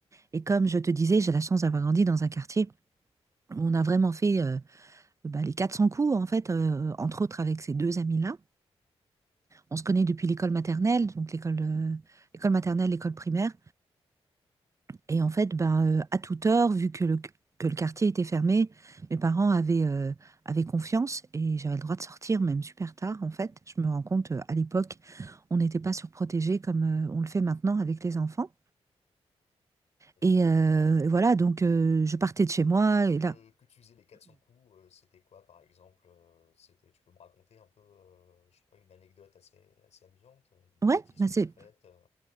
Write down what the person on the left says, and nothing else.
Ouais.
Et quand
tu dis
euh,
que tu faisais les 400 coups, euh, c'était quoi par exemple? euh, c'était, tu peux me raconter un peu, euh, je sais pas, une anecdote assez, assez amusante, une
bêtise
que
t'as faite? euh